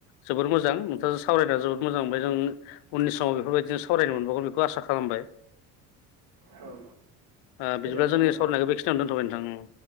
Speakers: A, on the left (about 75°); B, on the right (about 55°).
A: जोबोर मोजां नोंथांजों सावरायना जो मोजां मोनबाय जों उननि समाव बेफोरबायदिनो सावरायनो मोनबावगोन बेखौ आसा खालामबाय
B: औ
A: ओ बिदिब्ला
B: गोजोन्थों
A: जोंनि
B: नोंथां।
A: सावरायनायखौ बेखिनियावनो दोनथ'बाय नोंथां।